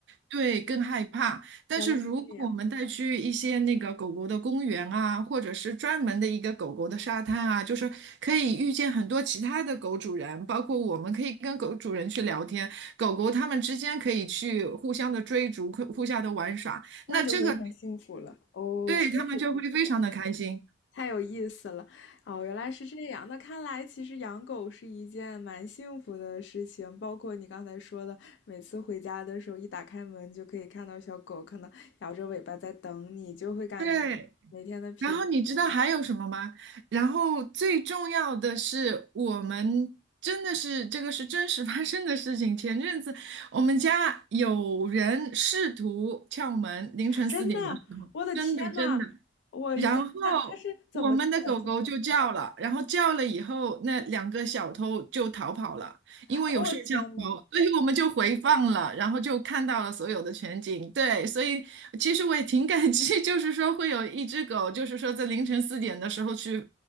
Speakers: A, on the right (about 65°); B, on the left (about 65°).
A: 对更害怕。但是如果我们带去一些那个狗狗的公园啊，
B: 原来是这样，
A: 或者是专门的一个狗狗的沙滩啊，就是可以遇见很多其他的狗主人，包括我们可以跟狗主人去聊天，狗狗它们之间可以去互相的追逐，互互相的玩耍，
B: 那就会很幸福了。
A: 那这个
B: 哦，
A: 对他们就会非常的开心。
B: 确实是这样，太有意思了。哦，原来是这样。那看来其实养狗是一件蛮幸福的事情，包括你刚才说的，每次回家的时候一打开门就可以看到小狗，可能摇着尾巴在等你，就会感觉每天的疲惫都
A: 对，然后你知道还有什么吗？然后最重要的是，我们真的是这个是真实发生的事情。前阵子我们家有人试图撬门，凌晨四点的时候，
B: 真的，我的天呐，
A: 真的真的。
B: 我的天，
A: 然后我们的狗狗就叫了，
B: 他他是怎么卷进来的？
A: 然后叫了以后，那两个小偷就逃跑了，因为有摄像头，
B: 哦，我天呐，
A: 所以我们就回放了，然后就看到了所有的全景。对，所以其实我也挺感激，<laughs> 就是说会有一只狗，就是说在凌晨四点的时候去